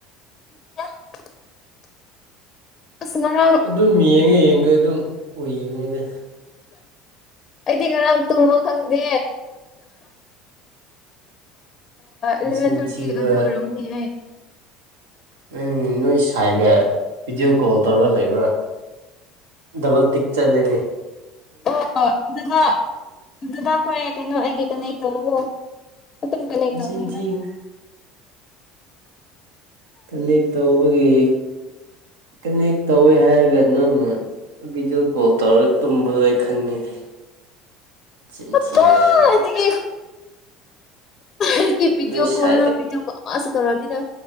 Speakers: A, on the left; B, on the right.
A: <inaudible> ꯑꯁ ꯉꯔꯥꯡ
B: ꯑꯗꯨꯝ ꯌꯦꯡꯉ ꯌꯦꯡꯉ ꯑꯗꯨꯝ ꯑꯣꯏꯕꯅꯤꯅꯦ
A: ꯑꯩꯗꯤ ꯉꯔꯥꯡ ꯇꯨꯝꯕ ꯈꯪꯗꯦ ꯏꯂꯚꯦꯟ
B: ꯆꯤꯟ
A: ꯊꯥꯔꯇꯤ
B: ꯊꯤꯕ
A: ꯑꯗꯨ ꯑꯣꯏꯔꯛꯅꯦ ꯑꯩ
B: ꯅꯪ ꯅꯣꯏ ꯁꯥꯏꯒ ꯚꯤꯗꯤꯑꯣ ꯀꯣꯜ ꯇꯧꯔꯒ ꯂꯩꯕ꯭ꯔꯥ ꯗꯕꯜ ꯇꯤꯛ ꯆꯠꯂꯅꯤ
A: ꯑꯣ ꯑꯣ ꯗꯗꯥ ꯗꯗꯥ ꯑꯩꯣꯏ ꯀꯩꯅꯣ ꯑꯩꯒꯤ ꯀ <unintelligible> ꯑꯠꯇ ꯀꯅꯦ
B: ꯅꯆꯤꯟ
A: ꯇꯅꯤꯅ
B: ꯊꯤꯒꯅꯨ ꯀꯅꯦꯛ ꯇꯧꯕꯒꯤ ꯀꯅꯦꯛ ꯇꯧꯋꯦ ꯍꯥꯏꯔꯒ ꯅꯪꯅ ꯚꯤꯗꯤꯑꯣ ꯀꯣꯜ ꯇꯧꯔꯒ ꯇꯨꯝꯕꯗꯣ ꯑꯩ ꯈꯪꯉꯤꯅꯦ ꯆꯤꯟꯊꯕ
A: ꯀꯗꯥꯏꯗꯒꯤ ꯑꯩꯒꯤ ꯚꯤꯗꯤꯑꯣ
B: ꯅꯣꯏ ꯁ
A: ꯀꯣꯜꯗꯅ ꯚꯤꯗꯤꯑꯣ ꯀꯣꯜ ꯑꯃꯁꯨ ꯇꯧꯔꯛꯑꯗꯤꯅ